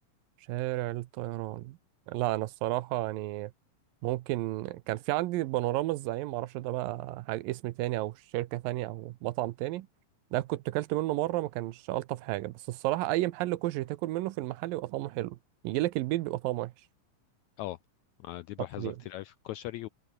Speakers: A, on the right (about 85°); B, on the left (about 80°).
A: شارع الطيران لا انا الصراحة يعني ممكن كان في عندي بانوراما الزعيم معرفش ده بقى حاجة اسم تاني او شركة تانية او مطعم تاني ده كنت اكلت منه مرة ما كانش الطف حاجة بس الصراحة اي محل كشري تاكل منه في المحل يبقى طعمه حلو يجي لك البيت بيبقى طعمه وحش
B: أه آه، دي بلاحظها
A: معرفش ليه يعني
B: كتير أوي في الكشري